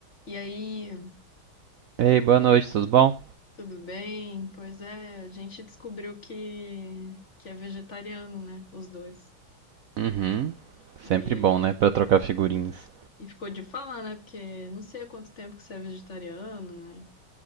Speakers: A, on the left; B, on the right.
A: E aí,
B: Ei, boa noite, tudo bom?
A: tudo bem? Pois é, a gente descobriu que, que é vegetariano, né? Os dois.
B: Uhum. Sempre
A: E,
B: bom, né, Pra trocar figurinhas.
A: e ficou de falar, né? Porque não sei há quanto tempo que você é vegetariano, né?